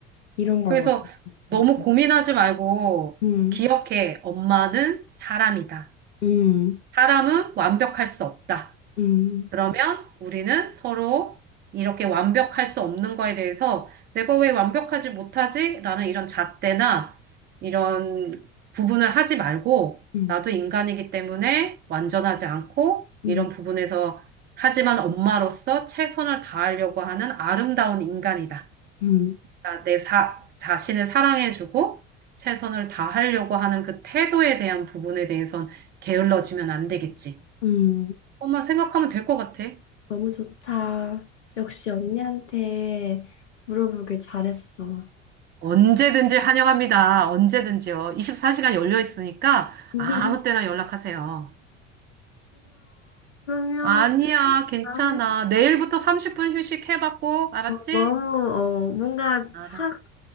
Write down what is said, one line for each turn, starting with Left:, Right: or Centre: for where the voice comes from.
Left: 이런 걸
Right: 그래서
Left: 원했었어.
Right: 너무 고민하지 말고
Left: 음,
Right: 기억해. 엄마는 사람이다.
Left: 음,
Right: 사람은 완벽할 수 없다.
Left: 음,
Right: 그러면 우리는 서로 이렇게 완벽할 수 없는 거에 대해서 내가 왜 완벽하지 못하지? 라는 이런 잣대나 이런 부분을 하지 말고
Left: 음,
Right: 나도 인간이기 때문에 완전하지 않고
Left: 음,
Right: 이런 부분에서 하지만 엄마로서 최선을 다하려고 하는 아름다운 인간이다.
Left: 음,
Right: 그러니까 내 사, 자신을 사랑해주고 최선을 다하려고 하는 그 태도에 대한 부분에 대해선 게을러지면 안 되겠지.
Left: 음.
Right: 엄마 생각하면 될 것 같아.
Left: 너무 좋다. 역시 언니한테 물어보길 잘했어.
Right: 언제든지 환영합니다. 언제든지요. 24시간 열려 있으니까
Left: <laughs>
Right: 아무 때나 연락하세요.
Left: 아,
Right: 아니야, 괜찮아.
Left: 다음에
Right: 내일부터 30분 휴식해봤고, 알았지?
Left: 어, 너무 어, 뭔가
Right: 알았.
Left: 확